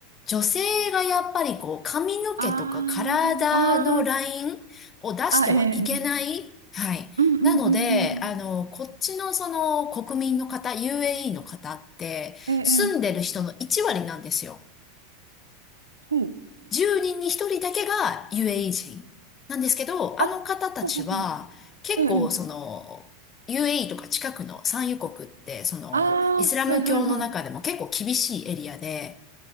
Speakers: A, on the left; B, on the right.
A: 女性がやっぱりこう髪の毛とか体のラインを出してはいけない。
B: ああ、ああ、あ、ええ、ええ、
A: はい。
B: うんうんうんうんうん、
A: なので、あの、こっちのその国民の方、UAE の方って住んでる人の1割なんですよ。
B: ええ、ええ、ほう、
A: 10人に1人だけが UAE 人なんですけど、
B: あ、
A: あの方たちは結構その
B: ほうほうほう、ええ、ええ
A: UAE とか近くの産油国ってそのイスラム教の中でも結構厳しいエリアで、
B: ああ、はいはいはい。